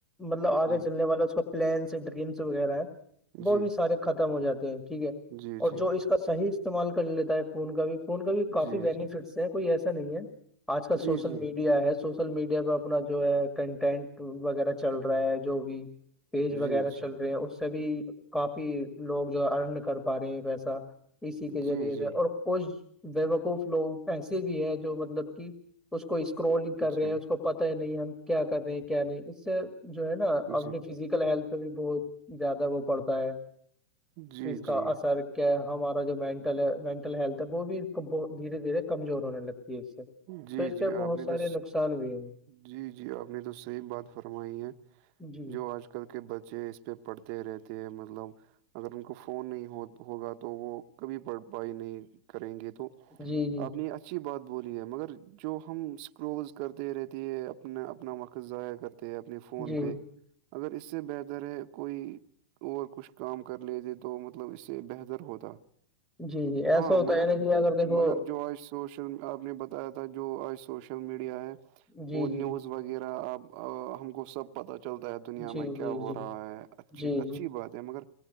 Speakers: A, in the centre; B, on the right.
A: مطلب آگے
B: جی
A: چلنے والا اس کو پلانس ڈریمس وغیرہ ہے وہ
B: جی
A: بھی سارے ختم ہو جاتے ہیں ٹھیک ہے
B: جی جی
A: اور جو اس کا صحیح استعمال کر لیتا ہے فون کا بھی فون کا بھی کافی
B: جی
A: بینیفٹس ہیں کوئی ایسا نہیں ہے آج کل سوشل
B: جی جی جی
A: میڈیا ہے سوشل میڈیا پہ اپنا جو ہے کنٹینٹ وغیرہ چل رہا ہے جو بھی پیج
B: جی
A: وغیرہ چل رہے ہیں اس سے بھی کافی لوگ جو ہے ارن کر پا رہے ہیں پیسہ اسی
B: جی
A: کے ذریعے
B: جی
A: سے اور کچھ بیوقوف لوگ ایسے بھی ہیں جو مطلب کہ اس کو اسکرولنگ کر
B: جی جی
A: رہے ہیں اس کو پتہ ہے نہیں ہم کیا کر رہے ہیں کیا نہیں اس سے جو ہے نا
B: جی
A: اپنی فزیکل ہیلتھ پہ بھی بہت زیادہ وہ پڑتا ہے
B: جی
A: اس کا
B: جی
A: اثر کیا ہے ہمارا جو مینٹل ہے مینٹل ہیلتھ تب وہ بھی دھیرے دھیرے کمزور ہونے لگتی ہے اس سے
B: جی
A: تو اس کے
B: جی
A: بہت
B: آپ نے
A: سارے
B: تو
A: نقصان بھی ہیں
B: جی جی آپ نے تو صحیح بات فرمائی ہے
A: جی
B: جو آج آج کل کے بچے اس پہ پڑھتے رہتے ہیں مطلب اگر ان کو فون نہیں ہو ہوگا تو تو وہ کبھی بڑپائی نہیں کریں گے تو
A: جی جی
B: آپ نے اچھی بات بولی ہے مگر جو ہم اسکرولز کرتے رہتی ہے اپنا اپنا وقت ضائع کرتے اپنے فون
A: جی
B: پہ اگر اس سے بہتر ہے کوئی اور کچھ کام کر لیتے تو مطلب اس سے بہتر ہوتا
A: جی جی ایسا
B: ہاں
A: ہوتا
B: مگر
A: ہے نا کہ اگر دیکھو
B: مگر جو آ سوش آپ نے بتایا تھا جو آج سوشل میڈیا ہے
A: جی
B: وہ نیوز
A: جی
B: وغیرہ آپ ہم کو سب پتا چلتا ہے دنیا
A: جی
B: میں کیا
A: جی
B: ہو
A: جی
B: رہا ہے اچھی
A: جی
B: اچھی بات ہے مگر